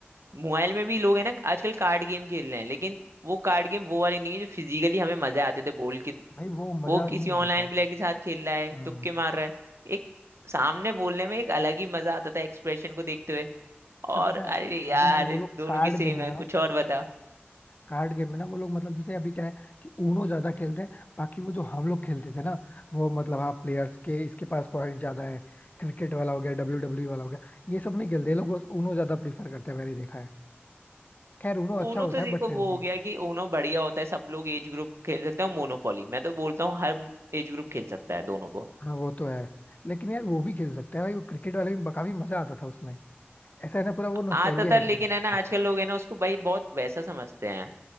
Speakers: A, on the right (about 85°); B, on the left (about 40°).
A: मोबाइल में भी लोग है ना आजकल कार्ड गेम खेल रहे हैं लेकिन वो कार्ड गेम वो वाले नहीं है जो फिजिकली हमें मजे आते थे बोल के
B: भाई वो मजा
A: वो
B: नहीं
A: किसी
B: आएगा
A: ऑनलाइन प्लेयर के साथ खेल रहा है
B: हाँ
A: तुक्के मार रहा है एक सामने बोलने में एक अलग ही मजा आता था एक्सप्रेशन को देखते हुए
B: अच्छा
A: और
B: पता
A: अरे
B: है
A: यार
B: अभी ना वो लोग
A: दोनों
B: कार्ड
A: की सेम
B: गेम में
A: है
B: ना
A: कुछ और बता
B: कार्ड गेम में ना वो लोग मतलब जैसे अभी क्या है कि ऊनो ज्यादा खेलते हैं बाकी वो जो हम लोग खेलते थे ना वो मतलब हाँ प्लेयर्स के इसके पास पॉइंट ज्यादा है क्रिकेट वाला हो गया डब्ल्यू डब्ल्यू वाला हो गया ये सब नहीं खेलते ये लोग बस ऊनो ज्यादा प्रीफर करते हैं मैंने देखा है खैर ऊनो अच्छा
A: ऊनो
B: होता
A: तो
B: है
A: देखो
B: बट फिर
A: वो हो
B: भी
A: गया कि ऊनो बढ़िया होता है सब लोग एज ग्रुप खेल सकते हैं मोनोपोली मैं तो बोलता हूँ हर एज ग्रुप खेल सकता है दोनों को
B: हाँ वो तो है लेकिन यार वो भी खेल सकते हैं भाई वो क्रिकेट वाले में काफी मजा आता था उसमें ऐसा है ना पूरा वो नोस्टैल्जिया
A: आता था
B: हिट
A: लेकिन
B: हो गया
A: है ना आजकल लोग है ना उसको भाई बहुत वैसा समझते हैं